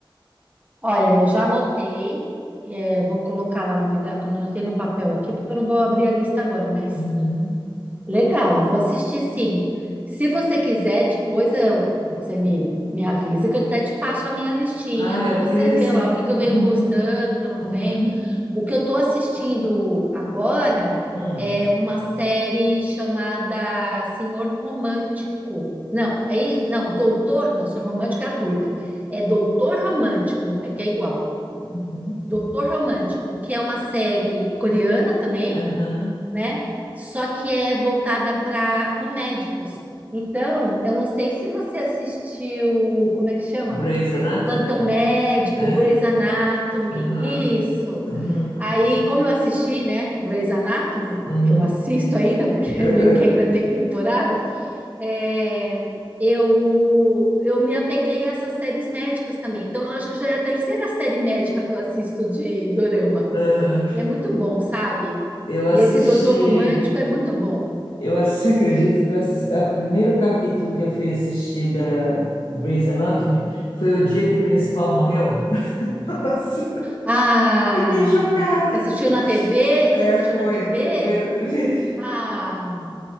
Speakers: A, on the right; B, on the left.
A: Olha, eu já anotei. É, vou colocar lá na minha. Quando eu anotei no papel aqui, porque eu não vou abrir a lista agora, mas
B: Uhum.
A: Legal, vou assistir sim. Se você quiser, depois eu- você me, me avisa que eu até te passo a minha listinha
B: Ah,
A: para
B: eu
A: você
B: vou querer
A: ver
B: sim.
A: lá o que que eu venho
B: Uhum.
A: gostando, o que eu não
B: Uhum.
A: venho. O que eu estou assistindo agora
B: Hum.
A: é uma série chamada Senhor Romântico. Não, é isso? Não, Doutor. Não, Senhor Romântico é a turca. É Doutor Romântico, é que é igual.
B: Uhum.
A: Doutor Romântico, que é uma série coreana também
B: Aham.
A: né? Só que é voltada para com médicos. Então, eu não sei se você assistiu, como é que chama?
B: Grey's Anatomy?
A: Plantão Médico,
B: É.
A: Grey's Anatomy,
B: Uhum.
A: isso.
B: Uhum.
A: Aí, como eu assisti, né, Grey's Anatomy,
B: Uhum.
A: eu assisto ainda, porque
B: Uhum.
A: <laughs> meio que ainda tem temporada, é, eu, eu me apeguei a essas séries médicas também. Então, eu acho que já é a terceira série médica que eu assisto de dorama.
B: Uhum.
A: E é muito bom, sabe?
B: Eu assisti.
A: E esse Doutor Romântico é muito bom.
B: Eu assisti, acredito que eu assi- a- o primeiro capítulo que eu fui assistir da Grey's Anatomy foi o dia que o principal morreu. <laughs> Nossa,
A: Ah,
B: fiquei chocada.
A: você assistiu na TV?
B: É,
A: Você assistiu
B: foi.
A: na TV?
B: Foi na TV.
A: Ah,